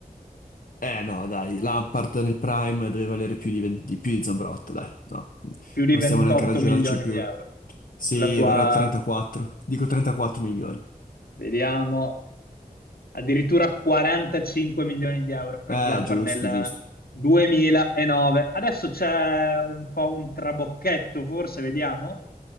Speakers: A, on the left (about 70°); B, on the left (about 80°).
A: Eh no, dai, Lampard nel Prime deve valere più di, 20 di più di Zambrotta, dai, no.
B: più di
A: Non
B: 28
A: stiamo neanche a ragionarci
B: milioni
A: più.
B: di euro.
A: Sì,
B: La tua,
A: varrà 34. Dico 34 milioni.
B: vediamo, addirittura 45 milioni di euro Frank
A: Eh,
B: Lampard
A: giusto,
B: nel
A: giusto.
B: 2009. Adesso c'è un po' un trabocchetto, forse, vediamo.